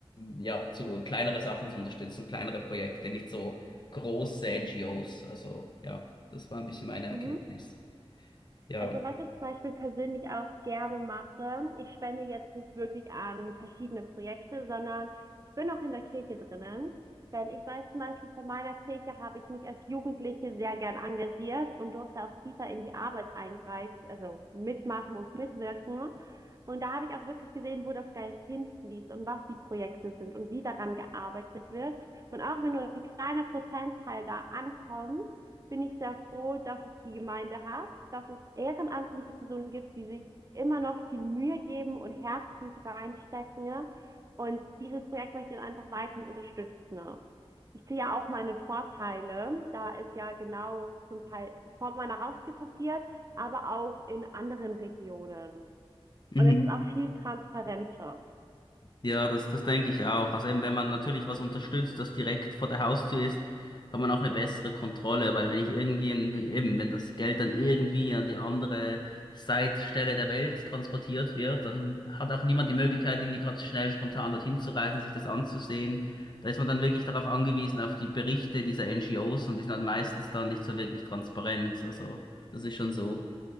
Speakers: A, on the left; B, on the right.
A: ja, zu kleinere Sachen zu unterstützen, kleinere Projekte, nicht so große NGOs. Also ja, das war ein bisschen meine Erkenntnis.
B: Mhm.
A: Ja.
B: Also was ich zum Beispiel persönlich auch gerne mache, ich spende jetzt nicht wirklich an verschiedene Projekte, sondern ich bin auch in der Kirche drinnen. Denn ich weiß zum Beispiel, von meiner Kirche habe ich mich als Jugendliche sehr gern engagiert und durfte auch tiefer in die Arbeit eingreifen, also mitmachen und mitwirken. Und da habe ich auch wirklich gesehen, wo das Geld hinfließt und was die Projekte sind und wie daran gearbeitet wird. Und auch wenn nur ein kleiner Prozentteil da ankommt, bin ich sehr froh, dass ich die Gemeinde habe, dass es ehrenamtliche Personen gibt, die sich immer noch viel Mühe geben und Herzblut reinstecken. ne? Und dieses Projekt möchte ich dann einfach weiterhin unterstützen. Ich sehe ja auch meine Vorteile. Da ist ja genau zum Teil vor meiner Haustür passiert, aber auch in anderen Regionen.
A: Mhm.
B: Und es ist auch viel transparenter.
A: Ja, das, das denke ich auch. Also eben, wenn man natürlich was unterstützt, das direkt vor der Haustür ist, hat man auch eine bessere Kontrolle, weil wenn ich irgendwie, eben, wenn das Geld dann irgendwie an die andere Seitstelle der Welt transportiert wird, dann hat auch niemand die Möglichkeit, irgendwie gerade schnell spontan dorthin zu reisen, sich das anzusehen. Da ist man dann wirklich darauf angewiesen, auf die Berichte dieser NGOs und die sind halt meistens dann nicht so wirklich transparent. Also, das ist schon so.